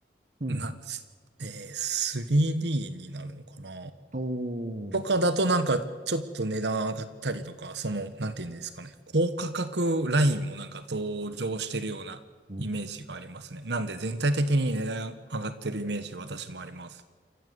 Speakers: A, on the right (about 45°); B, on the right (about 75°).
A: うん。
B: な、すえー 3D になるのかな
A: おー。
B: とかだとなんかちょっと値段上がったりとか、その、なんていうんですかね。高価格ラインもなんか登場してるようなイメージがありますね。
A: うん
B: なんで全体的に値段上がってるイメージ私もあります。